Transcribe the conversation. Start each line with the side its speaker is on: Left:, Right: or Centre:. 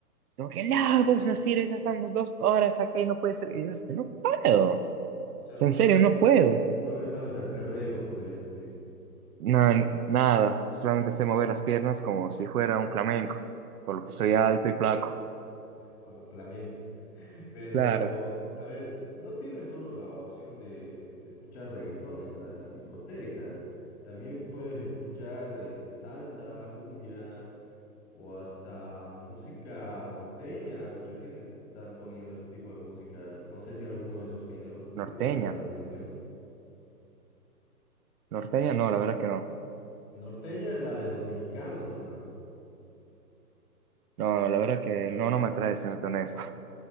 Right: Es como que, no,
Left: Ah, bueno.
Right: vos no sirves, ya estamos dos horas acá y no puede ser. Y yo, es que no puedo. O
Left: O sea,
Right: sea,
Left: no
Right: en
Left: sabes,
Right: serio, no puedo.
Left: no le sabes al perreo, podrías decir,
Right: No, n- nada, solamente sé mover las piernas como si fuera un flamenco, por lo que soy alto y flaco.
Left: como flamenco. Pero,
Right: Claro.
Left: a ver, no tienes solo la opción de escuchar reggaetón en la discoteca. También puedes escuchar eh, salsa, cumbia o hasta música norteña. Recién están poniendo ese tipo de música. No sé si alguno de esos géneros te
Right: Norteña.
Left: llama la atención.
Right: Norteña, no, la verdad que no.
Left: Norteña es la de los mexicanos, hermano.
Right: No, la verdad que no, no me atrae, siendo honesto.